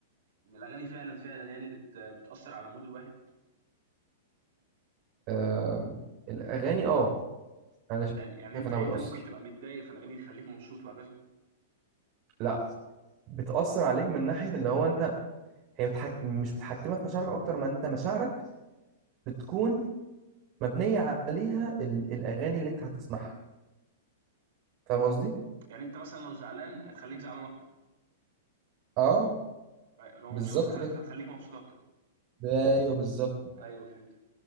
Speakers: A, on the right; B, on the right.
A: ان الاغاني فعلا فعلا يعني بت بتاثر على مود الواحد
B: آم، الاغاني اه انا
A: يعني يعني
B: شايف
A: انت
B: انها
A: انت
B: بتاثر
A: ممكن تبقى متضايق فالاغاني تخليك مبسوط وهكذا
B: لا بتاثر عليك من ناحيه اللي هو انت هي متحك... مش متحكمه في مشاعرك اكتر ما انت مشاعرك بتكون مبنيه عليها ال... الاغاني اللي انت هتسمعها فاهم قصدي
A: يعني انت مثلا لو زعلان هتخليك زعلان اكتر
B: اه
A: لو
B: بالظبط
A: مبسوط هت-
B: كده
A: هتخليك مبسوط اكتر
B: ايوه بالظبط
A: ايوه فهمت